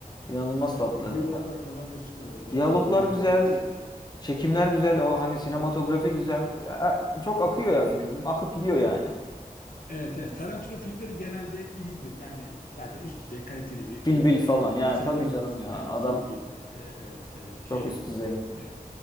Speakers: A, on the left (about 30°); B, on the left (about 70°).
A: İnanılmaz
B: Evet,
A: tatlı.
B: diyaloglar
A: Ha.
B: falan da süper orada.
A: Diyaloglar
B: Diyaloglar
A: güzel.
B: da süper.
A: Çekimler güzel. O hani sinematografi güzel. Ya, Çok akıyor ya film. Akıp gidiyor yani.
B: Evet, evet.
A: Aslan.
B: Tarantino filmleri genelde iyidir. Yani zaten üst düzey kaliteli bir
A: Kill
B: yönetmen.
A: Bill falan yani
B: Senaryolar,
A: tabii canım ya
B: e,
A: adam
B: Kill Bill, e, evet, evet, şey,
A: çok üst düzey.
B: e,